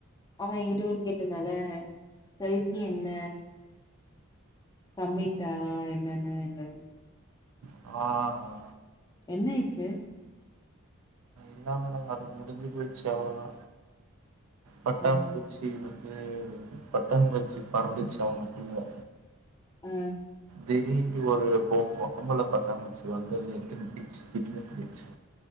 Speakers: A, on the left; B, on the right.
A: அவ என்கிட்ட கூட கேட்ருந்தால்ல கல்கி என்ன கமிட்டா என்னன்னு இல்ல
B: ஆ
A: என்ன இச்சு
B: இதா மேடம் அது முடிஞ்சு போச்சு அவ்ளோதா பட்டாம்
A: ஓ
B: பூ ச்சி வந்து பட்டாம் பூச்சி பறந்துச்சு அவனுக்குள்ள
A: ஆ
B: திடீர்ட்னு ஒரு பொம் பொம்பல பட்டாம்பூச்சி வந்து அது எடுத்துன்னு‌ போயிச்சு விட்டுனு போயிச்சு